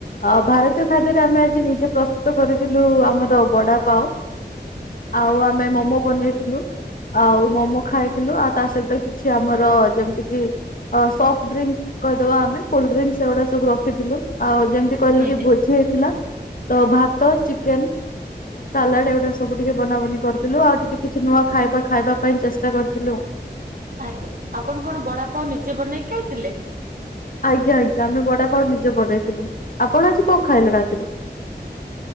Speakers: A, on the left; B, on the right.
A: ଆଉ ଭାରତୀୟ ଖାଦ୍ୟରେ ଆମେ ଆଜି ନିଜେ ପ୍ରସ୍ତୁତ କରିଥିଲୁ, ଆମର ବଡ଼ବାପା ଆଉ ଆଉ ଆମେ ମୋମୋ ବନେଇଥିଲୁ। ଆଉ ମୋମୋ ଖାଇଥିଲୁ, ଆଉ ତା ସହିତ କିଛି ଆମର ଯେମିତି କି ଆଉ ସଫ୍ଟ ଡ୍ରିଙ୍କ କହିଦେବା ଆମେ କୋଲଡ୍ରିଙ୍କସ୍ ସେଗୁଡା ସବୁ ରଖିଥିଲୁ ଆଉ ଯେମ୍ତି କଲି
B: ଆଜ୍ଞା।
A: କି ବୁଝି ହେଇଥିଲା ତ ଭାତ ଚିକେନ? ସାଲାଡ ଏଗୁଟା ସବୁ ଟିକେ ବନା ବନି କରିଥିଲୁ ଆଉ ଟିକେ କିଛି ନୂଆ ଖାଇବା। ଖାଇବା ପାଇଁ ଚେଷ୍ଟା କରିଥିଲୁ।
B: ଆଜ୍ଞା, ଆପଣ କଣ ବଡାପଓ ନିଜେ ବନେଇକି ଖାଇଥିଲେ?
A: ଆଜ୍ଞା ଆଜ୍ଞା, ଆମେ ବଡାପାଓ ନିଜେ ବନେଇଥିଲୁ। ଆପଣ ଆଜି କଣ ଖାଇଲେ ରାତିରେ?